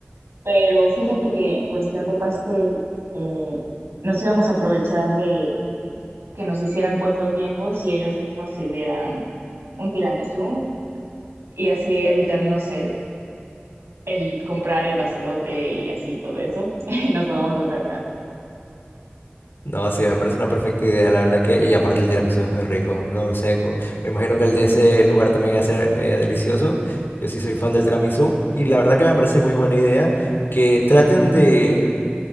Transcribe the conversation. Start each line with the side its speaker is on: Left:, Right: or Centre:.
Right: Pero fíjate que en cuestión de pastel, eh, nos íbamos a aprovechar de que nos hicieran cuatro tiempos y ellos mismos sirvieran un tiramisú y así evitarnos el, el comprar el pastelote y así todo eso. <laughs> Nos lo vamos a saltar.
Left: No, sí, me parece una perfecta idea, la verdad que, y aparte el tiramisú es muy rico, no sé, co- me imagino que el de ese lugar también va a ser eh, delicioso, yo sí soy fan del tiramisú, y la verdad que me parece muy buena idea que traten de,